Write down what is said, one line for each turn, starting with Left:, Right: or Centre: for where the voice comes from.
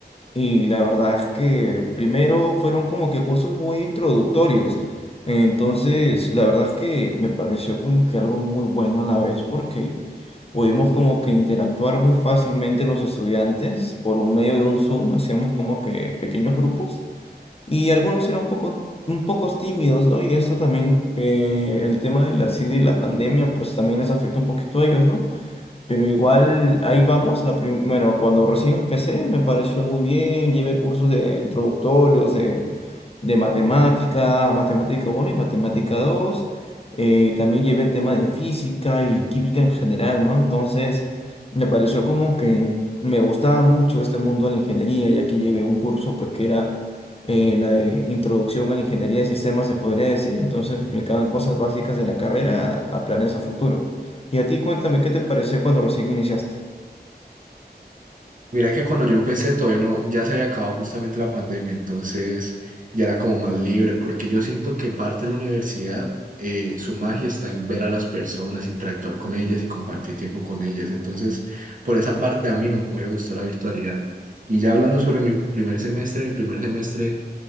Left: Y la verdad es que primero fueron como que cursos muy introductorios. Entonces, la verdad es que me pareció como que algo muy bueno a la vez porque pudimos como que interactuar muy fácilmente los estudiantes por un medio de un Zoom, hacíamos como que pequeños grupos y algunos eran un poco un poco tímidos, ¿no? Y esto también, eh, el tema de la, así de la pandemia, pues también les afectó un poquito a ellos, ¿no? Pero igual ahí vamos. La prim- bueno, cuando recién empecé me pareció muy bien. Llevé cursos de introductorios, de, de matemática, matemática uno y matemática dos eh, también llevé el tema de física y química en general, ¿no? Entonces, me pareció como que me gustaba mucho este mundo de la ingeniería, ya que llevé un curso, pues, que era eh, la de introducción a la ingeniería de sistemas, se podría decir. Entonces, me explicaban cosas básicas de la carrera a, a planes a futuro. Y a ti, cuéntame, ¿qué te pareció cuando recién iniciaste?
Right: Mira que cuando yo empecé todavía no, ya se había acabado justamente la pandemia, entonces ya era como más libre, porque yo siento que parte de la universidad, eh, su magia está en ver a las personas, interactuar con ellas y compartir tiempo con ellas, entonces por esa parte a mí no me hubiera gustado la virtualidad. Y ya hablando sobre mi primer semestre, mi primer semestre